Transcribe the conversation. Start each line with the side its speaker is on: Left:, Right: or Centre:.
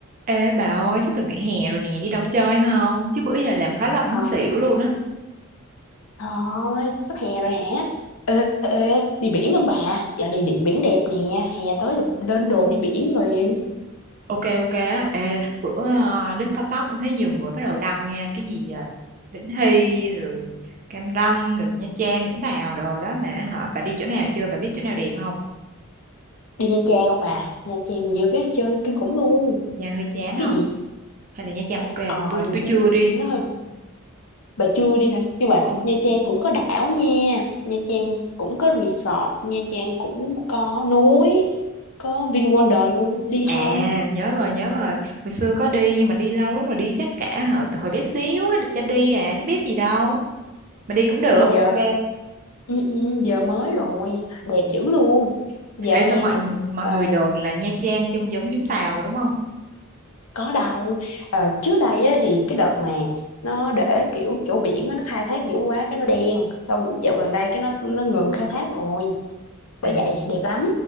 Right: Ê bà ơi, sắp được nghỉ hè rồi nè, đi đâu chơi không? Chứ bữa giờ làm khóa luận
Left: Ờ,
Right: muốn xỉu luôn á.
Left: thôi, sắp hè rồi hả? Ê, ê, đi biển không bà? Dạo này đi, biển đẹp nè, hè tới là lên đồ đi biển liền.
Right: Ok ok á, ê, bữa à, lướt TikTok tóc cũng thấy nhiều người bắt đầu đăng nha, cái gì à, Vĩnh Hy rồi Cam Ranh rồi Nha Trang Vũng Tàu đồ đó mà hả? Bà đi chỗ nào chưa? Bà biết chỗ nào đẹp không?
Left: Đi Nha Trang không bà? Nha Trang nhiều cái chơi kinh khủng luôn.
Right: Nha Trang hơi chán không?
Left: Cái gì?
Right: Hay là Nha Trang ok?
Left: Ờ,
Right: Tôi tôi chưa đi.
Left: nó hơi bà chưa đi hả? Nhưng mà
Right: Ồ.
Left: Nha Trang cũng có đảo nha. Nha Trang cũng có resort, Nha Trang cũng có núi, có VinWonder luôn. Đi
Right: À
Left: không?
Right: nhớ rồi nhớ rồi Hồi xưa có đi nhưng mà đi lâu lắm rồi đi chắc cả hả từ hồi bé xíu á, được cho đi à chứ biết gì đâu Mà đi cũng được
Left: Mà giờ
Right: ok
Left: ừ, ừ, giờ mới rồi, đẹp dữ luôn. Giờ
Right: Ê,
Left: hè
Right: sao mọi mọi
Left: ờ,
Right: người đồn là Nha Trang trông giống Vũng Tàu mà đúng không?
Left: có đâu Ờ, trước đây á, thì cái đợt mà nó để kiểu chỗ biển á, nó khai thác dữ quá cái nó đen xong dạo gần đây cái nó nó ngừng khai thác rồi bởi
Right: À,
Left: vậy đẹp lắm